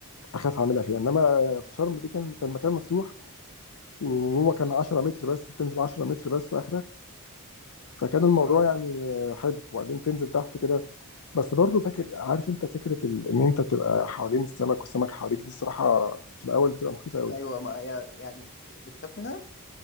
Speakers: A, on the left; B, on the left.
A: اخاف اعملها فيها انما في شرم دي كان كان مكان مفتوح وهو كان 10 متر بس بتنزل 10 متر بس اخرك فكان الموضوع
B: اه
A: يعني حلو وبعدين تنزل تحت كده بس برضو فاكر عارف انت فكره ال... ان انت تبقى حوالين السمك والسمك حواليك دي الصراحه في الاول بتبقى مخيفه قوي
B: ايوه ما هي يعني بتخاف منها